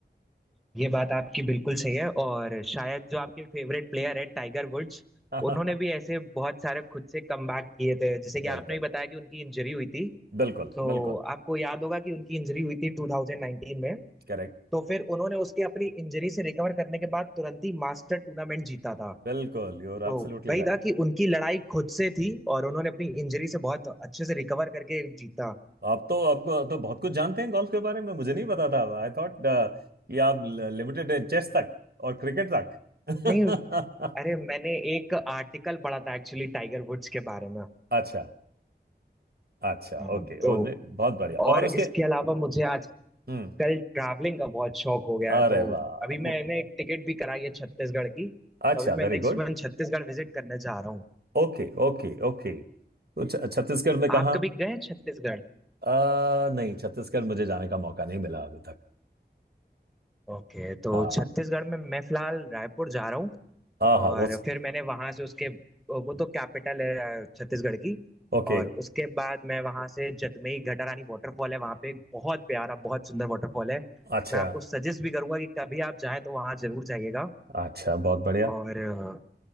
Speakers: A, in the centre; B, on the right.
A: ये बात आपकी बिल्कुल सही है और शायद जो आपके फेवरेट प्लेयर है टाइगर वुड्स
B: <laughs>
A: उन्होंने भी ऐसे बहुत सारे खुद से कमबैक किए थे जैसे कि
B: बिल्कुल
A: आपने भी बताया कि उनकी इंजरी हुई थी
B: बिल्कुल
A: तो
B: बिल्कुल
A: आपको याद होगा कि उनकी इंजरी हुई थी 2019 में
B: करेक्ट
A: तो फिर उन्होंने उसके अपनी इंजरी से रिकवर करने के बाद तुरंत ही मास्टर टूर्नामेंट जीता था
B: बिल्कुल यू आर
A: तो
B: एब्सोल्युटली
A: वही
B: राइट
A: था कि उनकी लड़ाई खुद से थी और उन्होंने अपनी इंजरी से बहुत अच्छे से रिकवर करके जीता
B: आप तो आपको तो बहुत कुछ जानते हैं गोल्फ के बारे में मुझे नहीं पता था आई थॉट कि आप लिमिटेड हैं चेस तक और क्रिकेट तक
A: नहीं अरे
B: <laughs>
A: मैंने एक आर्टिकल पढ़ा था एक्चुअली टाइगर वुड्स के बारे में
B: अच्छा अच्छा
A: हाँ,
B: ओके
A: तो
B: बहुत बढ़िया
A: और
B: और उसके
A: इसके अलावा मुझे आजकल
B: हम्म
A: ट्रैवलिंग का बहुत शौक हो गया है
B: अरे
A: तो
B: वाह
A: अभी
B: मु-
A: मैंने टिकट भी कराई है छत्तीसगढ़ की तो
B: अच्छा
A: अभी मैं
B: very
A: नेक्स्ट
B: good
A: मंथ छत्तीसगढ़ विजिट करने जा रहा
B: Okay okay okay तो छ- छत्तीसगढ़ में कहाँ
A: आप कभी गए हैं छत्तीसगढ़
B: आ, नहीं छत्तीसगढ़ मुझे जाने का मौका नहीं मिला अभी तक
A: ओके तो
B: हाँ
A: छत्तीसगढ़ में मैं फिलहाल रायपुर जा रहा हूँ
B: हाँ हाँ
A: और
B: वो
A: फिर मैंने वहां से उसके वो तो कैपिटल है अ, छत्तीसगढ़ की
B: ओके
A: और उसके बाद मैं वहां से जतमई घटारानी वाटरफॉल है वहां पे एक बहुत प्यारा बहुत सुंदर वाटरफॉल है
B: अच्छा
A: मैं आपको सजेस्ट भी करूंगा कि कभी आप जाएं तो वहां जरूर जाइएगा
B: अच्छा बहुत बढ़िया
A: और अ,